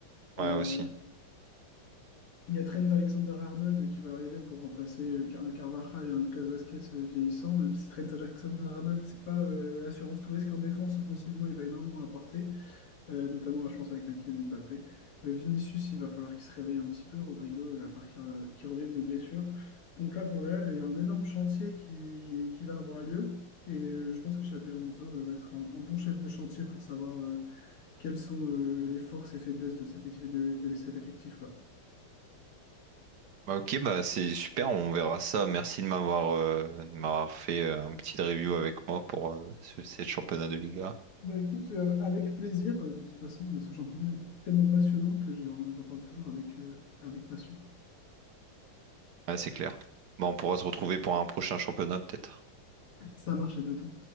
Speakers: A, on the left; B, on the right.
A: Euh,
B: Ouais, aussi.
A: il y a Trent Alexander-Arnold qui va arriver pour remplacer euh, Car- un Carvajal et un Lucas Vasquez euh, vieillissant, même si Trent Alexander-Arnold, c'est pas euh, l'assurance tout risque en défense. Offensivement, il va énormément apporter. Euh, notamment, je pense, avec un Kylian Mbappé. Euh, Vinicius, il va falloir qu'il se réveille un petit peu. Rodrigo, il va falloir qu'il re- qu'il revienne de blessure. Donc là, pour le Real, il y a un énorme chantier qui, qui va avoir lieu. Et euh, je pense que Xabi Alonso euh, va être un, un bon chef de chantier pour savoir euh, quelles sont euh, les forces et faiblesses de cet, éti- de, de cet effectif, quoi.
B: Bah, Ok, bah c'est super, on verra ça. Merci de m'avoir euh, de m'avoir fait euh, un petit review avec moi pour euh, ce- cette championnat de Liga.
A: Bah écoute, euh, avec plaisir. Euh, De toute façon, euh, ce championnat est tellement passionnant que j'en j'en parle toujours avec, euh, avec passion.
B: Ouais, c'est clair. Bon, on pourra se retrouver pour un prochain championnat, peut-être.
A: Ça marche, à bientôt.